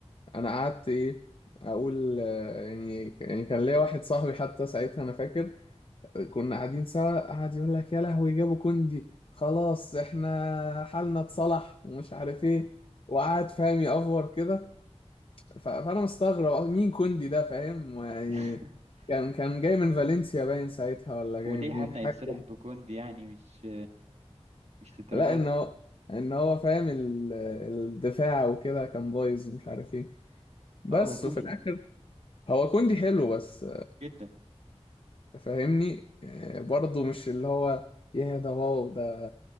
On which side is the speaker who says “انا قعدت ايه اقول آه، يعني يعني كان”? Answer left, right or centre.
Left